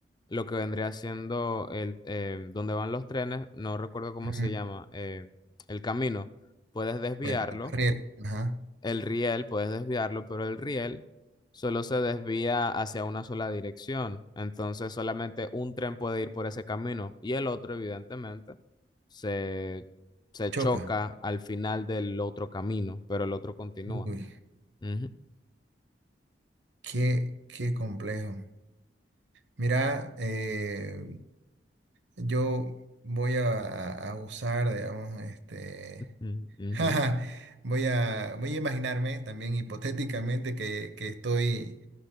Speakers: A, on the left (about 25°); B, on the right (about 80°).
A: lo que vendría siendo el eh, donde van los trenes, no recuerdo cómo
B: Ujú.
A: se llama, eh, el camino. Puedes desviarlo,
B: El riel, ajá.
A: el riel, puedes desviarlo, pero el riel solo se desvía hacia una sola dirección. Entonces solamente un tren puede ir por ese camino y el otro, evidentemente se, se
B: Choca.
A: choca al final del otro camino, pero el otro continúa.
B: Uy,
A: Ujú,
B: qué, qué complejo. Mira, eh, yo voy a, a- a usar, digamos, este.
A: ujú,
B: <laughs>
A: ujú.
B: jaja, Voy a, voy a imaginarme también hipotéticamente que, que estoy